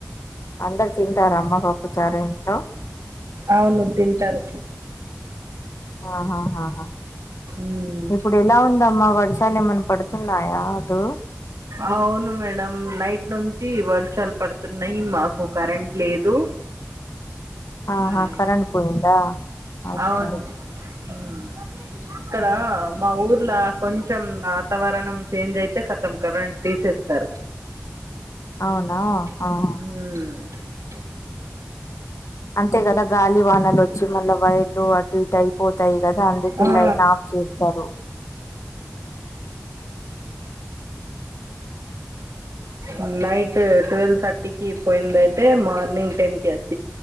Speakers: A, on the left; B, on the right.
A: అందరు తింటారా అమ్మ పప్పుచారు ఇంట్లో
B: అవును తింటారు
A: ఆహా హాహా
B: మ్మ్.
A: ఇప్పుడు ఎలా ఉందమ్మా వర్షాలు ఏమన్నా పడుతున్నా యా అదు
B: అవును మేడం నైట్ నుంచి వర్షాలు పడుతున్నాయి మాకు కరెంట్ లేదు
A: ఆహా
B: మ్మ్.
A: కరంట్ పోయిందా ఓకే
B: అవును మ్మ్ ఇక్కడ మా ఊర్లో కొంచెం వాతావరణం చేంజ్ అయితే కతం కరెంట్ తీసేస్తారు
A: అవునా
B: మ్మ్
A: ఆహా అంతే కదా గాలి వానలు వచ్చి మళ్ళీ వైర్లు అటు ఇటు అయిపోతాయి కదా కదా అందుకే
B: ఆ
A: లైన్ ఆఫ్ చేస్తారు
B: మ్మ్ నైట్ ట్వెల్వ్ థర్టీకిి పెండ్లి అయితే మార్నింగ్ టెన్ కి ఎత్